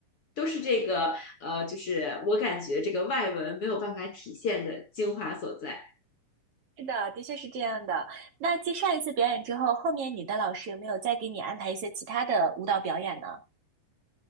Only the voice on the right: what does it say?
是的，的确是这样的。那继上一次表演之后，后面你的老师有没有再给你安排一些其他的舞蹈表演呢？